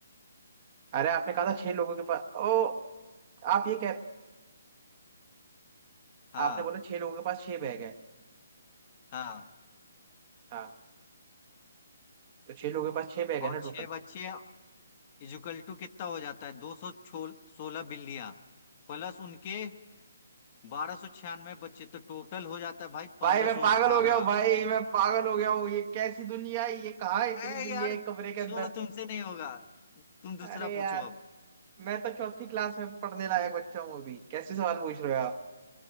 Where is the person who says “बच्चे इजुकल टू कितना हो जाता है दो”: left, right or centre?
Left